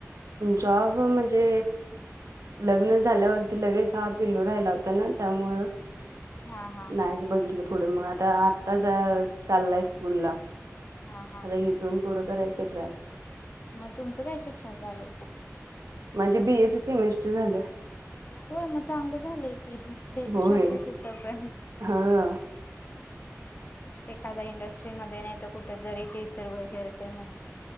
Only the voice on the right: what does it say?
जॉब म्हणजे लग्न झाल्यावरती लगेच हा पिल्लू राहिला होता ना त्यामुळ
नाहीच बघितलं पुढं मग आता आ आ चाललाय स्कूल ला
आता हे दोन पुढं करायचं ट्राय
माझी बीएस केमिस्ट्री झाल्या
होय.
हा